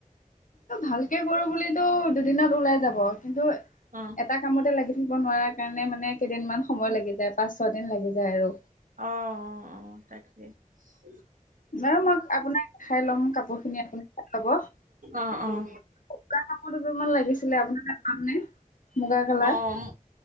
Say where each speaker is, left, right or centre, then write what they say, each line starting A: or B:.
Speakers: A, on the left; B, on the right.
A: ভালকে কৰো বুলিতো দুদিনত ওলাই যাব। কিন্তু
B: অ
A: এটা কামতে লাগি দিব নোৱাৰা কাৰণে মানে কেইদিনমান সময়
B: অ
A: লাগি যায় পা ছদিন লাগি যায় আৰু।
B: অ', অ', অ', তাকেই।
A: বাৰু মই আপোনাক দেখাই ল'ম কাপোৰ খিনি আপুনি চাই লব
B: অ', অ'।
A: মুগা কাপোৰ দুযোৰমান লাগিছিলে আপোনাৰ তাত পামনে। মুগা কালাৰ
B: অ',